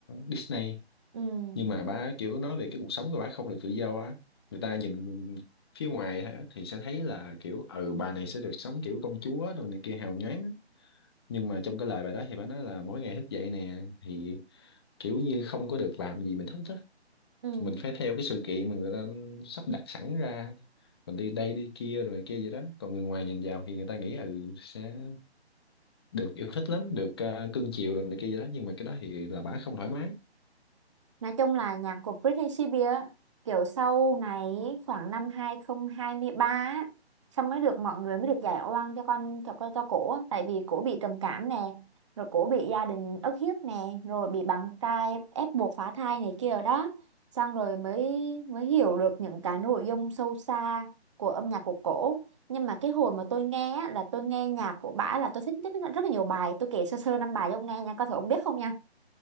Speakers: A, on the left; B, on the right.
A: Disney.
B: ừ,
A: Nhưng mà bả kiểu nói về cái cuộc sống của bả không được tự do á. Người ta nhìn phía ngoài á, thì sẽ thấy là kiểu ừ bà này sẽ được sống kiểu công chúa rồi này kia hào nhoáng. á. Nhưng mà trong cái lời bài đó thì bả nói là mỗi ngày thức dậy nè thì kiểu như không có được làm gì mình thích á
B: ừ.
A: mình phải theo cái sự kiện mà người ta sắp đặt sẵn ra mình đi đây đi kia rồi kia vậy đó còn người ngoài nhìn vào thì người ta nghĩ ừ sẽ được yêu thích lắm được ờ, cưng chiều rồi này kia vậy đó nhưng mà cái đó thì là bả không thoải mái
B: Nói chung là nhạc của Britney Spears á, kiểu sau này khoảng năm 2023 á, xong mới được mọi người mới được giải oan cho con cho con cho cổ á. tại vì cổ bị trầm cảm nè rồi cổ bị gia đình ức hiếp nè rồi bị bạn trai ép buộc phá thai này kia rồi đó xong rồi mới mới hiểu được những cái nội dung sâu xa của âm nhạc của cổ nhưng mà cái hồi mà tôi nghe á, là tôi nghe nhạc của bả là tôi thích rất, rất là nhiều bài tôi kể sơ sơ năm bài cho ông nghe nha coi thử ông biết không nha